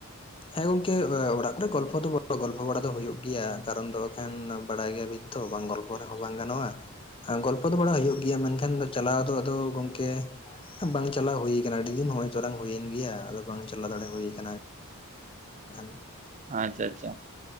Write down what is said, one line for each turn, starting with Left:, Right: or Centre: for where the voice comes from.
Left: ᱦᱮᱸ ᱜᱚᱝᱠᱮ ᱚᱲᱟᱜ ᱠᱚᱨᱮ ᱜᱚᱞᱯᱚ ᱫᱚ ᱜᱚᱞᱯᱚ ᱵᱟᱲᱟ ᱫᱚ ᱦᱩᱭᱩᱜ ᱜᱮᱭᱟ ᱠᱟᱨᱚᱱ ᱫᱚ ᱮᱠᱷᱟᱱ ᱵᱟᱲᱟᱭ ᱜᱮᱭᱟᱵᱤᱱ, ᱾ ᱛᱚ ᱵᱟᱝ ᱜᱚᱞᱯᱚ ᱨᱮᱦᱚᱸ ᱵᱟᱝ ᱜᱟᱱᱚᱜᱼᱟ, ᱾ ᱜᱚᱞᱯᱚ ᱫᱚ ᱵᱟᱲᱟ ᱦᱩᱭᱩᱜ ᱜᱮᱭᱟ ᱢᱮᱱᱠᱷᱟᱱ ᱪᱟᱞᱟᱣ ᱫᱚ ᱟᱫᱚ ᱜᱚᱢᱠᱮ, ᱵᱟᱝ ᱪᱟᱞᱟᱣ ᱦᱩᱭ ᱟᱠᱟᱱᱟ, ᱟᱹᱰᱤ ᱫᱤᱱ ᱦᱚᱸᱜ ᱚᱭ ᱛᱚᱨᱟ ᱦᱩᱭᱮᱱ ᱜᱮᱭᱟ ᱟᱫᱚ ᱵᱟᱝ ᱪᱟᱞᱟᱣ ᱫᱟᱲᱮ ᱦᱩᱭ ᱟᱠᱟᱱᱟ᱾ ᱠᱷᱟᱱ
Right: ᱟᱪᱪᱷᱟ ᱟᱪᱪᱷᱟ, ᱾